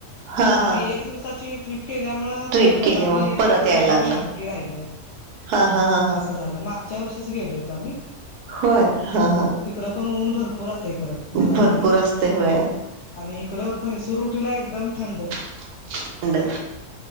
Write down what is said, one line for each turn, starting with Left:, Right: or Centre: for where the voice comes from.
Right: हा
Left: म आमही
Right: हा
Left: एक दिवसाची ट्रिप केल्यामुळ
Right: ट्रिप
Left: ते बदामी
Right: केली मग परत
Left: तेवढं
Right: यायला
Left: झालं.
Right: लागलं
Left: आणि हम्पी राहिलं.
Right: हा हा हा हा.
Left: असं झालं मागच्या वर्षीच गेल होतो आम्ही.
Right: होय. हा हा.
Left: तिकडे पण ऊन भरपूर असतय खरं. बदामीला.
Right: भरपूर असते होय
Left: आणि इकड म्हैसरुटीला एकदम थंड.
Right: थंड.